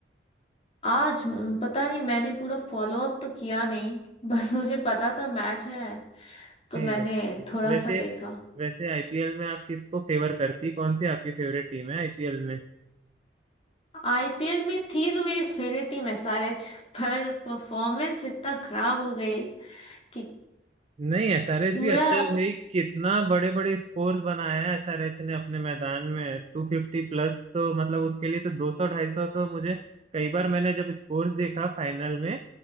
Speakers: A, on the left (about 35°); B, on the right (about 35°).
A: आज हम्म, पता नहीं मैंने पूरा फॉलो अप तो किया नहीं <laughs> बस मुझे पता था मैच है
B: ओके
A: तो मैंने
B: ओके तो
A: थोड़ा
B: वैसे
A: सा देखा
B: वैसे आईपीएल में आप किसको फेवर करती कौन सी आपकी फेवरेट टीम है आईपीएल में
A: आईपीएल में थी तो मेरी फेवरेट टीम एसआरएच पर परफॉर्मेंस इतना खराब हो गई कि
B: नहीं एसआरएच
A: पूरा
B: भी अच्छा है भाई कितना बड़े बड़े स्कोर्स बनाया है एसआरएच ने अपने मैदान में टू फिफ्टी प्लस तो मतलब उसके लिए तो दो सौ ढाई सौ तो मुझे कई बार मैंने जब स्कोर्स देखा फाइनल में